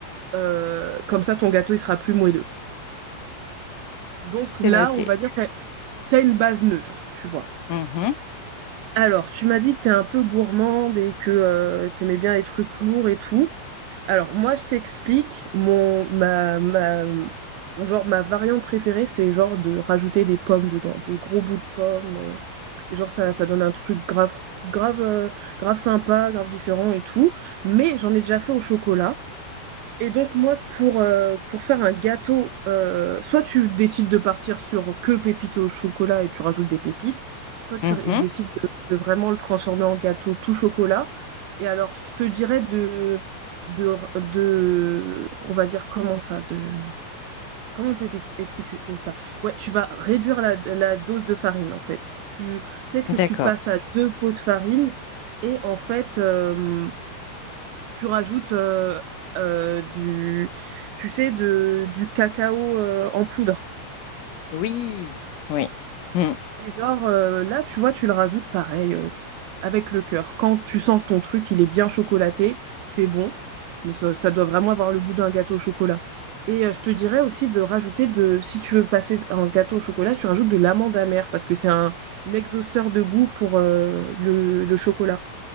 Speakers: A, on the right; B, on the left.
A: Euh, comme ça, ton gâteau, il sera plus moelleux. Donc là,
B: c'est noté.
A: on va dire que t'as t'as une base neutre, tu vois.
B: Mhm,
A: Alors, tu m'as dit que t'es un peu gourmande et que tu t'aimais bien les trucs lourds et tout. Alors, moi, je t'explique, mon ma, ma genre ma variante préférée, c'est genre de rajouter des pommes dedans, des gros bouts de pommes. euh, et genre, ça, ça donne un truc grave, grave, euh, grave sympa, grave différent et tout. Mais j'en ai déjà fait au chocolat. Et donc, moi, pour, euh, pour faire un gâteau, euh, soit tu décides de partir sur que pépites au chocolat et tu rajoutes des pépites, soit tu
B: mhm,
A: ré- décides de, de vraiment le transformer en gâteau tout chocolat. Et alors, je te dirais de, de, de, on va dire comment ça, de, comment on peut pi- expliquer ça? Ouais, tu vas réduire la, la dose de farine, en fait. Tu, peut-être
B: d'accord.
A: que tu passes à deux pots de farine et en fait, euh, tu rajoutes euh, euh, du, tu sais, de, du cacao euh, en poudre.
B: Oui, oui. Mmh.
A: Et genre, euh, là, tu vois, tu le rajoutes pareil, euh, tu- avec le cœur. Quand tu sens ton truc, il est bien chocolaté, c'est bon, mais ça, ça doit vraiment avoir le goût d'un gâteau au chocolat. Et euh, je te dirais aussi de rajouter de, si tu veux passer un gâteau au chocolat, tu rajoutes de l'amande amère, parce que c'est un, un exhausteur de goût pour euh, le, le chocolat.